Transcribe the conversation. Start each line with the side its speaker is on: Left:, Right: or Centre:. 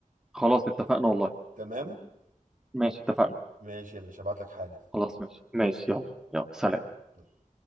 Centre: خلاص اتفقنا والله
Right: تمام
Centre: ماشي اتفقنا
Right: ماشي يا باشا هبعت لك حالا
Centre: خلاص ماشي ماشي يلا يلا سلام
Right: يلا.